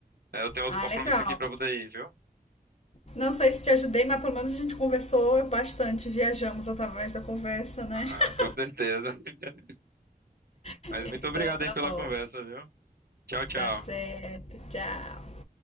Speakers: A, on the right; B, on the left.
A: é, eu tenho outro
B: Ah,
A: compromisso
B: legal.
A: aqui pra poder ir, viu?
B: Não sei se te ajudei, mas pelo menos a gente conversou bastante, viajamos através da conversa, né?
A: Ah,
B: <laughs>
A: com certeza. <laughs>
B: Então
A: Mas muito obrigado
B: tá
A: aí pela
B: bom,
A: conversa, viu? Tchau, tchau.
B: tá certo, tchau.